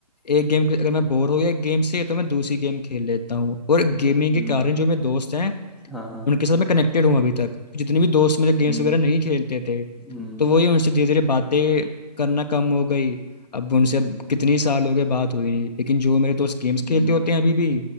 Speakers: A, on the left (about 75°); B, in the centre.
A: एक गेम अगर मैं बोर हो गया एक गेम से तो मैं दूसरी गेम खेल लेता हूँ और गेमिंग
B: हम्म
A: के कारण जो मेरे दोस्त हैं
B: हाँ हाँ
A: उनके साथ मैं कनेक्टेड हूँ अभी तक जितने भी दोस्त मेरे
B: हम्म
A: गेम्स वगैरह नहीं खेलते थे
B: हम्म
A: तो वही उनसे धीरे धीरे बातें करना कम हो गई अब उनसे
B: हम्म
A: अब कितनी साल हो गए बात हुई नहीं लेकिन जो मेरे दोस्त गेम्स
B: हम्म,
A: खेलते होते हैं अभी भी